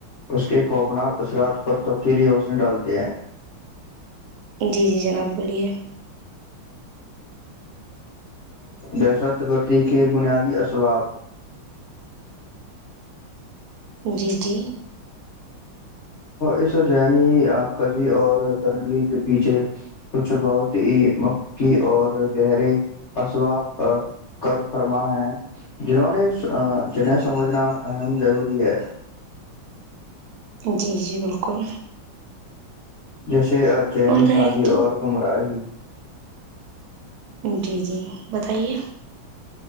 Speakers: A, on the left; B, on the right.
A: اس کے خوفناک اثرات پر تفصیلی روشنی ڈالتے ہیں
B: جی جی جناب بولیے
A: دہشت گردی کے بنیادی اسباب
B: جی جی
A: اس ذنی کزی اور درملی کے پیچھے کچھ بہت ہی مفی اور گہرے اسباب کر فرما ہیں جنہوں نے جنہیں سمجھنا اہم ضروری ہے
B: جی جی بالکل
A: جیسے سے اجنی
B: اور کہیں
A: سازی
B: کہ
A: اور گمراہ ہی
B: جی جی بتائیے